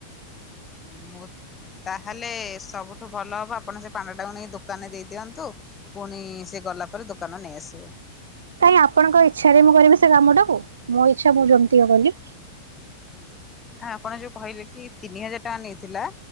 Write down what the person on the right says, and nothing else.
କାଇହିଁ ଆପଣଙ୍କ ଇଚ୍ଛାରେ ମୁଁ କରିବି ସେ କାମ ଟାକୁ ମୋ ଇଚ୍ଛା ମୁଁ ଯେମିତି ହ ବୋଲି